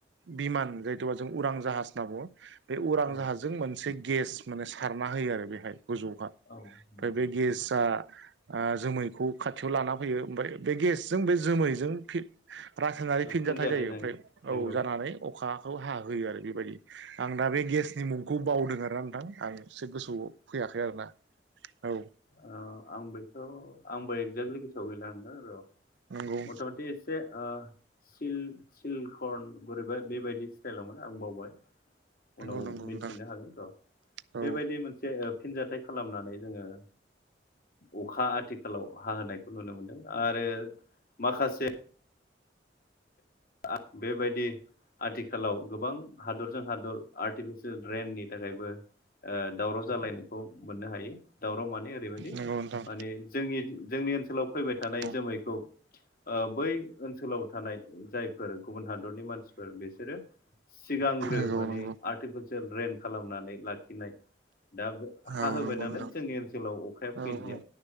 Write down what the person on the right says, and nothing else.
बिमान जायथ'बा जों उरां जाहाज होनना बुङो। बे उरां
जाहाजों मोनसे गेस माने सारना होयो आरो बेहाय गोजौहा। ओमफ्राय
बे गेसआ आ जोमैखौ खाथियाव लाना फैयो ओमफ्राय बे गेसजों बे जोमैजों फि रासायनारि फिनजाथाइ
जायो ओमफ्राय
औ जानानै अखाखौ हाहोयो आरो बेबायदि आं दा बे गेस नि मुंखौ बावदों आरो ना नोंथां आं एसे गोसोआव फैयाखै आरोना औ
नंगौ
नंगौ
नंगौ
नोंथां
औ
नंगौ नोंथां
औ
नंगौ
नंगौ
औ नंगौ
नोंथां
औ औ